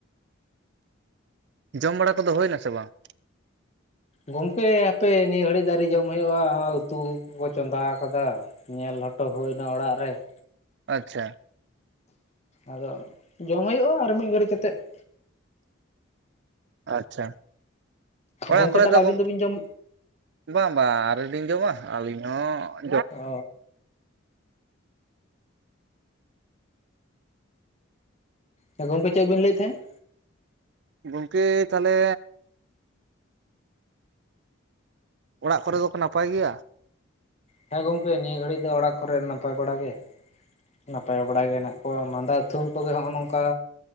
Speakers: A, on the right; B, on the left.
A: ᱡᱚᱢ ᱵᱟᱲᱟ ᱠᱚᱫᱚ ᱦᱩᱭ ᱱᱟᱥᱮ ᱵᱟᱝ?
B: ᱜᱚᱝᱠᱮ ᱦᱟᱯᱮ ᱱᱤᱭᱟᱹ ᱜᱷᱟᱹᱲᱤᱡ ᱫᱚ ᱟᱣᱨᱤ ᱡᱚᱢ ᱦᱩᱭᱩᱜ-ᱟ ᱱᱚᱜ-ᱚᱭ ᱩᱛᱩ ᱠᱚᱠᱚ ᱪᱚᱸᱫᱟ ᱟᱠᱟᱫᱟ ᱾ ᱧᱮᱞ ᱦᱚᱴᱚ ᱦᱩᱭᱱᱟ ᱚᱲᱟᱜ ᱨᱮ ᱾
A: ᱟᱪᱪᱷᱟ ᱾
B: ᱟᱫᱚ ᱡᱚᱢ ᱦᱩᱭᱩᱜᱼᱟ ᱟᱨ ᱢᱤᱫ ᱜᱷᱟᱹᱲᱤ ᱠᱟᱛᱮᱫ ᱾
A: ᱟᱪᱪᱷᱟ ᱚᱲᱟᱜ
B: ᱜᱚᱝᱠᱮ
A: ᱠᱚᱨᱮ
B: ᱛᱟᱦᱚᱞᱮ
A: ᱫᱚ
B: ᱟᱵᱤᱱ
A: ᱜᱚᱝ
B: ᱫᱚᱵᱤᱱ ᱡᱚᱢ
A: ᱵᱟᱝ ᱵᱟᱝ ᱟᱣᱨᱤ ᱞᱤᱧ ᱡᱚᱢᱟ, ᱟᱹᱞᱤᱧ ᱦᱚᱸ ᱾
B: ᱚ ᱾ ᱦᱮᱸ ᱜᱚᱢᱠ ᱪᱮᱫ ᱵᱤᱱ ᱞᱟᱹᱭᱮᱫ ᱛᱟᱦᱮᱸᱫ?
A: ᱜᱚᱝᱠᱮ ᱛᱟᱦᱚᱞᱮ ᱚᱲᱟᱜ ᱠᱚᱨᱮ ᱫᱚᱠᱚ ᱱᱟᱯᱟᱭ ᱜᱮᱭᱟ?
B: ᱦᱮᱸ ᱜᱚᱝᱠᱮ ᱱᱤᱭᱟᱹ ᱜᱷᱟᱹᱲᱤᱡ ᱫᱚ ᱚᱲᱟᱜ ᱠᱚᱨᱮ ᱱᱟᱯᱟᱭ ᱵᱟᱲᱟ ᱜᱮ ᱾ ᱱᱟᱯᱟᱭ ᱵᱟᱲᱟ ᱜᱮ ᱦᱮᱱᱟᱜ ᱠᱚᱣᱟ ᱢᱟᱸᱫᱟ ᱛᱷᱩᱢ ᱠᱚᱜᱮ ᱦᱚᱜᱼᱚ ᱱᱚᱝᱠᱟ